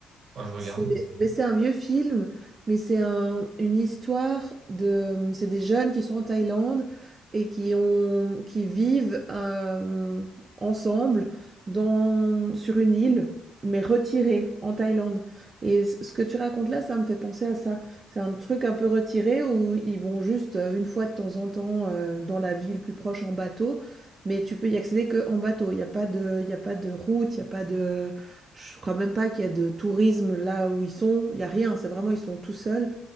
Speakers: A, on the right (about 65°); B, on the right (about 35°).
A: Faudra que je regarde.
B: c'est, mais c'est un vieux film, mais c'est un, une histoire de, c'est des jeunes qui sont en Thaïlande et qui ont, qui vivent euh, ensemble dans, sur une île, mais retirée en Thaïlande. Et c- ce que tu racontes là, ça me fait penser à ça. C'est un truc un peu retiré où ils vont juste euh, une fois de temps en temps euh, dans la ville plus proche en bateau, mais tu peux y accéder que en bateau. Il n'y a pas de, il y a pas de route, il n'y a pas de je crois même pas qu'il y a de tourisme là où ils sont, il y a rien, c'est vraiment ils sont tout seuls,